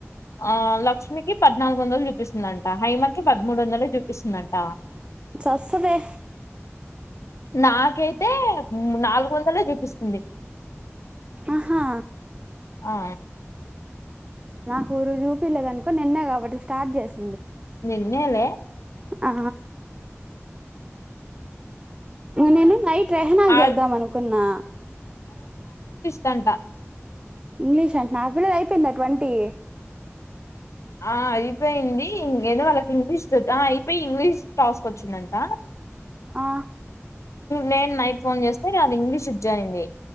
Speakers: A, on the left; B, on the right.
A: ఆ లక్ష్మికి పద్నాలుగు వందలు చూపిస్తుందంట హైమ కి పదమూడు వందలు జూపిస్తుందంట
B: చస్తదే
A: నాకైతే నాలుగు వందలే చూపిస్తుంది
B: ఆహా
A: ఆ
B: నాకు ఊరు చూపిలేదునుకో నిన్నే కాబట్టి స్టార్ట్ చేస్
A: నిన్నెలే
B: ఆ నేనీ నైట్ క్రహ్నాకు
A: ఆ
B: చేద్దాం అనుకున్నా
A: తంట
B: ఇంగ్లీష్ అంట నాకు కూడా అయిపోయిందా ట్వంటీ
A: ఆ అయిపోయింది ఏదో వాళ్ళకి ఇంగ్లీష్ అయిపోయి ఇంగ్లీష్ టాస్ వచ్చింది అంత
B: ఆ
A: నేను నైట్ ఫోన్ చేస్తే అది ఇంగ్లీష్ అయింది